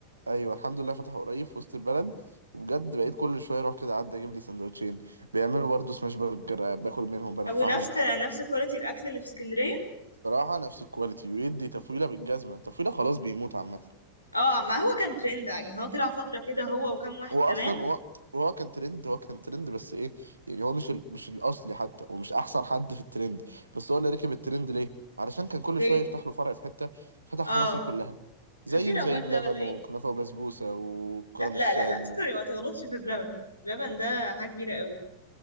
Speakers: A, on the right; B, on the left.
A: ايوه الحمد لله فتحوا قريب في وسط البلد وبجد بقيت كل شويه اروح كده اعدي اجيب لي سندوتشين بيعملوا برضه سماش برجر باكل منهم بنفعهم
B: طب ونفس نفس كواليتي الاكل اللي في اسكندريه
A: صراحة نفس الكواليتي ويدي تفويلة بالجزمة تفويلة خلاص بيموت عامة
B: اه ما هو كان ترند يعني هو طلع فتره كده هو وكم واحد
A: هو
B: كمان
A: أصلا هو هو كان ترند هو كان ترند بس إيه يعني هو مش ال... مش الأصلي حتى ومش أحسن حد في الترند بس هو اللي ركب الترند ليه؟ علشان كان كل
B: ليه
A: شوية يفتح له فرع في حتة فتح
B: اه
A: في مصر كلها زيه
B: غسيل اموال
A: زي بلبن
B: ده ولا ايه
A: وكنافة وبسبوسة وكرم
B: لا لا
A: الشام
B: لا لا سوري
A: و...
B: ما تغلطش في بلبن بلبن ده حاجه كبيره قوي